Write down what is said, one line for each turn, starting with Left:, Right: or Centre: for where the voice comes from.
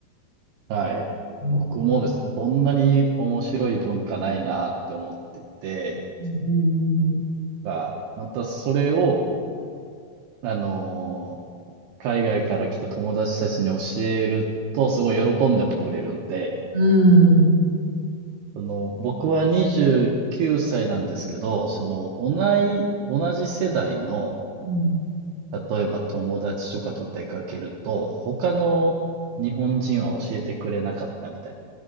Right: はい。
Left: うん
Right: 僕もですね、こんなに面白い文化ないなって思っていて、
Left: うん
Right: が、またそれを、あの海外から来た友達たちに教えると、すごい喜んでもくれるんで、
Left: うんうん、
Right: その、僕は29歳なんですけど、その、同い、同じ世代の、
Left: うん。
Right: 例えば友達とかと出かけると、他の日本人は教えてくれなかったみたい